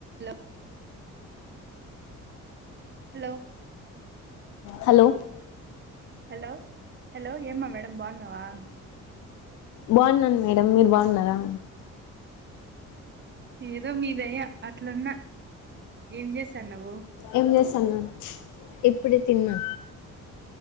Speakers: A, on the right (about 35°); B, on the left (about 75°).
A: లో hello
B: hello
A: hello hello ఏమమె బాన్నావా
B: బావున్నాను మేడం మీరు బావున్నారా?
A: ఏదో మీదయ అట్లున్న ఏం చేస్తాన్నావు?
B: ఏం చేస్తాన్నా ఇప్పుడే తిన్నా